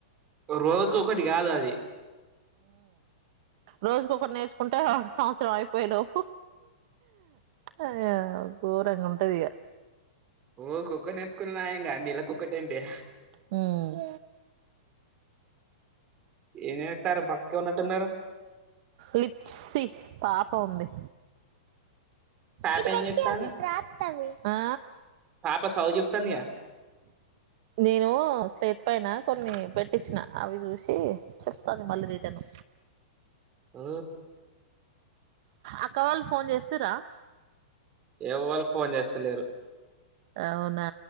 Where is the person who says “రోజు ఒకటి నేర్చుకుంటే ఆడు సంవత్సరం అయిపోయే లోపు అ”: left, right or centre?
Right